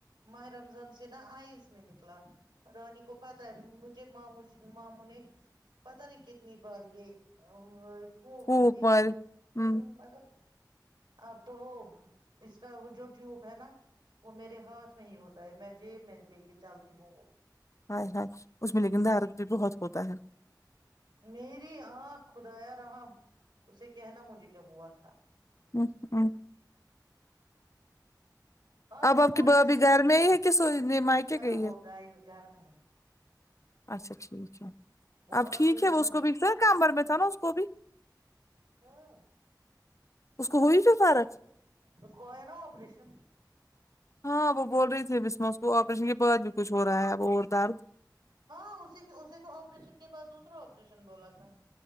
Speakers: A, on the right (about 85°); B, on the left (about 45°).
A: ماہ رمضان سے نا آئس میں نکلا رانی کو پتاہ ہے مجھے ماموں ماموں نے پتا نہیں کتنی بار یہ ا سوک
B: پھوک
A: بھی تھی
B: مار ہوں
A: ہ مگر آپ تو وہ اس کا وہ جو ٹیوب ہے نا وہ میرے ہاتھ میں ہی ہوتا ہے میں جیب میں لے کے چلتی ہوں وہ
B: ہ ہ اس میں لیکن درد بھی بہت ہوتا ہے
A: میری آنکھ خدایا رحم اسے کہنا مجھے کیا ہوا تھا
B: ہوں ہوں
A: آج
B: اب
A: کل
B: آپ کی
A: کوئی
B: بھابھی
A: ٹھیک
B: گھر
A: نہیں
B: میںئی ہے کہ سونے مائ کے
A: نہ
B: گئی
A: نہ وہ
B: ہے
A: گائے گھر میں ہے
B: اچھا ٹھیک ہے
A: وہ
B: اب
A: آ
B: ٹھیک
A: گئی
B: ہے وہ
A: نا
B: اس کو بگتار کمر میں تھا نا اس کو بھی
A: ہاں
B: اس کو ہوئی پھر فرق
A: اس کو آیا نا آپریشن
B: ہاں وہ بول رہی تھی بیچ مے اسکو آپریشن کے بعد بھی کچھ ہو رہا ہے اب اور درد
A: ہاں اس کے اسے تو آپریشن کے بعد دوسرا آپریشن بولا تھا